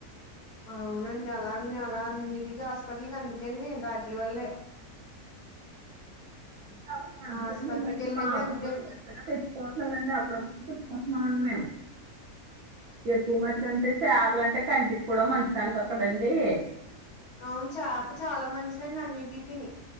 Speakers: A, on the left; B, on the right.
A: అవునండి అలానే అలా అన్ని <unintelligible> హాస్పిటల్కి అందుకేండి దాటిల వల్లే
B: అస అందుకే
A: ఆ ఆస్పత్రికి
B: ఈ మధ్య
A: వెళ్ళేదే
B: మా <unintelligible>
A: అందుకని
B: తెచ్చుకోవట్లేదండి అప్పుడప్పుడు తెచ్చుకోన్నా <unintelligible> మేము ఎక్కువ మటుకంటే చేపల అంటే కంటికి కూడా మంచిది అనిప కదండి
A: అవును చాప చాలా మంచిదండి అన్నింటి <unintelligible>